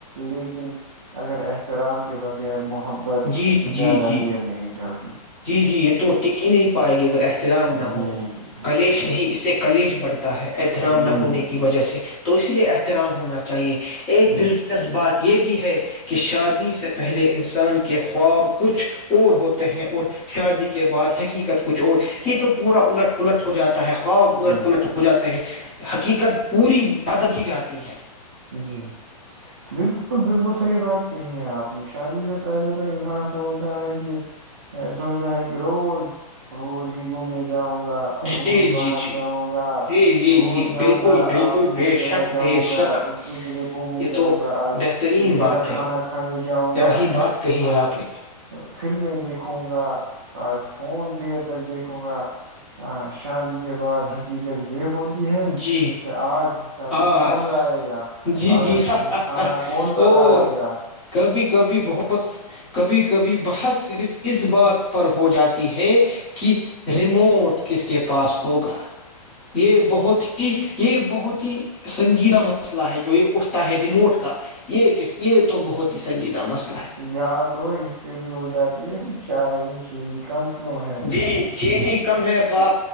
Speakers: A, on the right; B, on the left.
A: لیکن اگر احترام کے بغیر مح محبت
B: جی جی
A: زیادہ
B: جی
A: دیر نہیں چلتی
B: جی جی یہ تو ٹکی نہیں پائے گی اگر رام
A: جی
B: نہ ہو
A: جی جی
B: کلیش
A: جی
B: نہیں اس سے کلیش بڑتے ہے ایتھرام نہ
A: جی
B: ہونے کی وجہ سے تو اسی لیے ایتھ احترام ہونا چاہیے ایک
A: جی
B: دلچسپ بات یہ بھی ہے کہ شادی سے پہلے انسان کے خواب کچھ اور ہوتے ہیں اور شادی کے بعد حقیقت کچھ اور یہ تو پورا الٹ پلٹ ہو جاتا ہے خواب الٹ
A: جی
B: پلٹ ہو جاتا ہیں حقیقت پوری پدر ہی جاتی ہے
A: جی بالکل بالکل صحیح بات کہی ہے آپ نے شادی سے پہلے تو انسان سوچتا ہے کہ سوچتا ہے کہ روز روز ہی گھومنے جاؤں گا
B: جی
A: روز
B: جی
A: باہر
B: جی
A: جاؤں گا
B: جی جی
A: روز
B: جی
A: جاؤں
B: بالکل
A: گا
B: بالکل
A: آج
B: بے
A: اس جگہ
B: شک
A: جاؤں
B: بے
A: گا
B: شک
A: اس جگہ گھومنے
B: یہ
A: جاؤں
B: تو
A: گا آج
B: بہترین
A: اس جگہ
B: بات
A: کھانا
B: ہے
A: کھانے جاؤں
B: کیا
A: گا
B: ہی بات کہی ہے
A: آج
B: آپ نے
A: فلمیں دیکھ دیکھوں گا آج فون دیر تک دیکھوں گا ا شادی کے بعد حقیقت یہ ہوتی ہے
B: جی
A: کہ آج سبزی
B: آج
A: کون لائے گا
B: جی
A: آج
B: جی ہ
A: کھانا کون پکائے
B: اور
A: گا
B: کبھی کبھی بہت کبھی کبھی بحث صرف اس بات پر ہو جاتی ہے کہ ریموٹ کس کے پاس پاس ہوگا یہ ہو تھی یہ <unintelligible> بہت ہی سنجیدہ مسئلہ ہے جو یہ اٹھتا ہے ریموٹ کا یہ ک یہ تو بہت ہی سنجیدہ مسئلہ ہے
A: یہاں تو اس پہ بھی ہو جاتی ہے کہ چائے میں چینی کم کیوں ہے
B: جی چیید ہی کم ہے ب